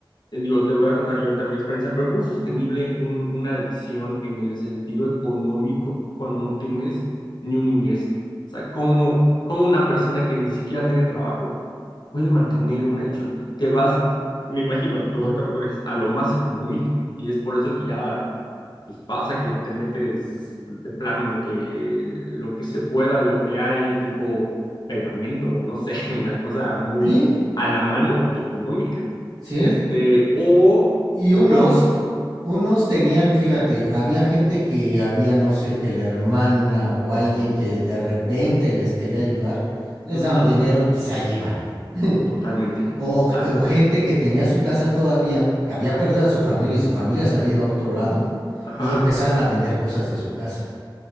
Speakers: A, on the left (about 55°); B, on the right (about 40°).
A: eh, digo, te voy a contar yo ahorita mi experiencia, pero ¿cómo es sostenible un- una adicción en el sentido económico cuando no tienes ni un ingreso? O sea, ¿cómo, cómo una persona que ni siquiera tiene trabajo puede mantener una adicción? Te vas, me imagino, y tú
B: ujú.
A: ahorita me corriges, a lo más económico, y es por eso que ya pues pasa que te metes de plano lo que, lo que se pueda, lo que hay, tipo pegamento, no sé, <laughs> una cosa muy
B: Sí,
A: a la mano, económica,
B: sí.
A: este, o,
B: Y
A: o
B: unos,
A: qué otro tipo.
B: unos tenían, fíjate, había gente que había, no sé, que la hermana o alguien que de repente les quería ayudar, les
A: Ujú,
B: daban dinero y pues, se allí iban. <laughs>
A: Totalmente,
B: O,
A: totalmente.
B: o gente que tenía su casa todavía, que había perdido a su familia y su familia se había ido a otro lado
A: Ajá.
B: y empezaban a vender cosas de su casa.